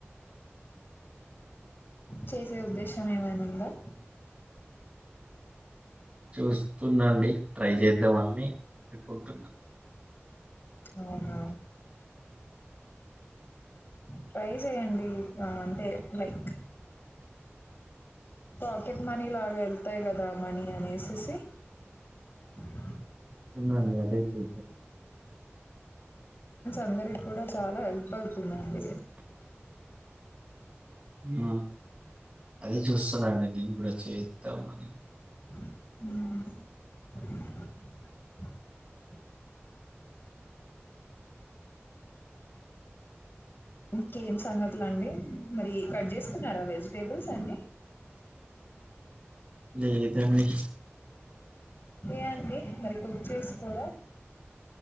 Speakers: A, on the left (about 55°); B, on the right (about 25°).
A: చేసే ఉద్దేశం ఏమైనా ఉందా
B: చూస్తున్నాండి ట్రై చేద్దాంన్ అని అనుకుంటున్న
A: అవునా ట్రై చె్యడి అంటే లైక్ పాకెట్ మనీ లాగెళ్తాయి కదా మనీ అనేసేసి అదేద
B: సన్నా అండి అదే చె
A: అందరిక కూడా చాలా హెల్ప్ అవుతుందండి
B: ఆ అదే చూస్తున్నానండి నేను కూడా చేద్దామని
A: అ ఇంకేం సంగతులండి మరి కట్ జేస్తున్నారా వెజిటేబుల్స్ అన్నీ
B: లేదండి
A: ఏ అండి మరి కుక్ జేసుకోరా